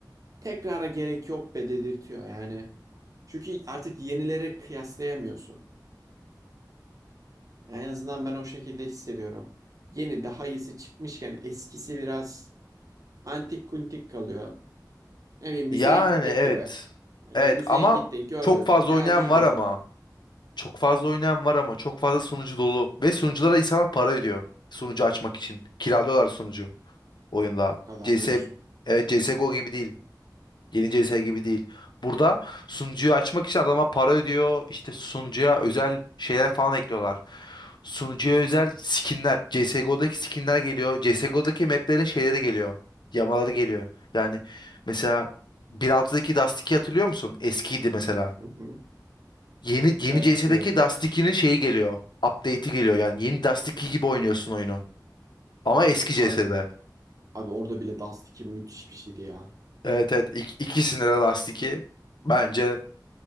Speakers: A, on the right; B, on the left.
A: tekrara gerek yok be dedirtiyor yani. Çünkü artık yenilere kıyaslayamıyorsun. En azından ben o şekilde hissediyorum. Yeni daha iyisi çıkmışken eskisi biraz antik kuntik kalıyor. Yani bir müzeye
B: Yani
A: gitmek
B: evet.
A: gibi. Hani
B: Evet
A: müzeye
B: ama
A: gittin gördün
B: çok fazla
A: bir daha
B: oynayan
A: niye gireyim?
B: var ama. Çok fazla oynayan var ama çok fazla sunucu dolu. Ve sunuculara insanlar para ödüyor. Sunucu açmak için. Kiralıyorlar sunucu oyunla.
A: O kadar
B: CS,
A: diyorsun.
B: evet CSGO gibi değil. Yeni CS gibi değil. Burada sunucuyu açmak için adama para ödüyor. İşte sunucuya özel şeyler falan ekliyorlar. Sunucuya özel skinler. CSGO'daki skinler geliyor. CSGO'daki maplerin şeyleri geliyor. Yamaları geliyor. Yani mesela 1.6'daki Dust 2 hatırlıyor musun? Eskiydi mesela.
A: Hı hı.
B: Yeni yeni
A: Evet
B: CS'deki
A: hatırlıyorum.
B: Dust 2'nin şeyi geliyor. Update'i geliyor yani. Yeni Dust 2 gibi oynuyorsun oyunu. Ama eski CS'de.
A: Abi, abi orada bile Dust 2 müthiş bir şeydi ya.
B: Evet evet ik- ikisinde de Dust 2 bence